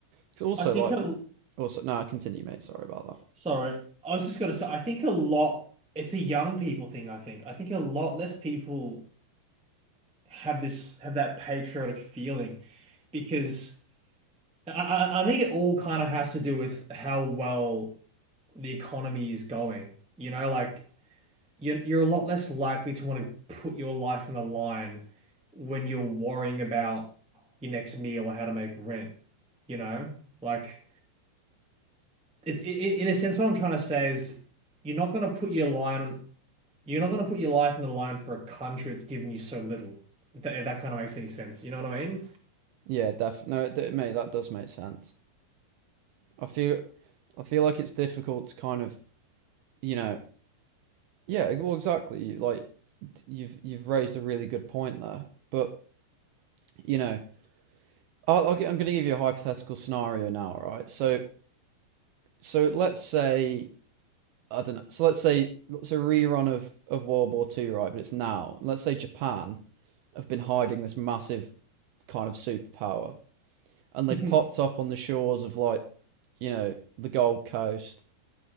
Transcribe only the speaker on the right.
it's also
like
also no, continue, mate. Sorry about that.
Yeah, def no, it, d- mate, that does make sense. I feel I feel like it's difficult to kind of you know, yeah, e, well, exactly. Like you've you've raised a really good point there. But you know, I'll, I'll get, I'm going to give you a hypothetical scenario now, right? So so let's say I don't know. So let's say it's a rerun of of World War Two, right? But it's now. Let's say Japan have been hiding this massive kind of superpower, and they've
popped up on the shores of like you know the Gold Coast